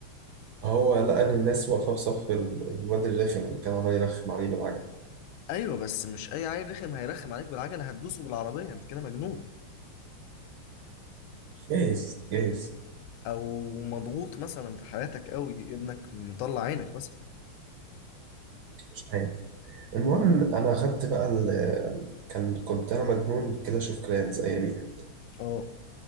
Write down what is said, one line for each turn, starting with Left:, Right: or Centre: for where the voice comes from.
Right: هو لقى إن الناس واقفة في صف ال- الواد الرخم اللي كان عمال يرخم عليه بالعجل
Left: ايوه بس مش اي عيل رخم هيرخم عليك بالعجله هتدوسه بالعربيه انت كده مجنون
Right: جايز جايز
Left: او مضغوط مثلا في حياتك قوي ابنك مطلع عينك مثلا
Right: مش عارف المهم أنا أخدت بقى ال... كان كنت أنا مجنون كلاش أوف كلانز أياميها
Left: اه